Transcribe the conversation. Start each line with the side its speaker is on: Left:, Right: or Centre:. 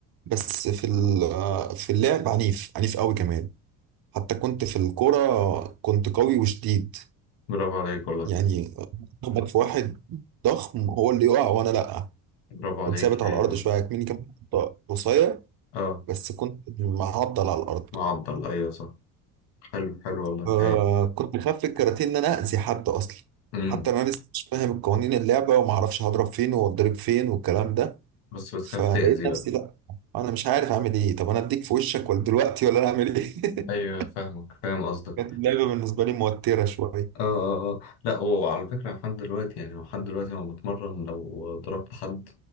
Right: بس في ال- آه، في اللعب عنيف عنيف قوي كمان حتى كنت في الكورة كنت قوي وشديد
Left: برافو عليك والله
Right: يعني اخبط في واحد ضخم هو اللي يقع وانا لا
Left: برافو
Right: كنت
Left: عليك
Right: ثابت
Left: هايل
Right: على الارض
Left: والله
Right: شويه مني كمان كنت قصير
Left: اه
Right: بس كنت معضل على الارض
Left: معضل ايوه صح حلو حلو والله
Right: آه
Left: هايل
Right: كنت خاف في الكاراتيه ان انا اذي حد اصلا
Left: امم
Right: حتى انا لسه مش فاهم قوانين اللعبه وما اعرفش هضرب فين واتضرب فين والكلام ده
Left: بس بتخاف
Right: فلقيت
Left: تأذي
Right: نفسي
Left: بقى
Right: لا انا مش عارف اعمل ايه طب انا اديك في وشك ولا دلوقتي ولا انا اعمل ايه
Left: ايوه
Right: <laughs>
Left: فاهمك فاهم قصدك
Right: كانت اللعبة بالنسبة لي موترة شوية
Left: اه اه اه لا وعلى فكرة لحد دلوقتي يعني لحد دلوقتي لما بتمرن لو ضربت حد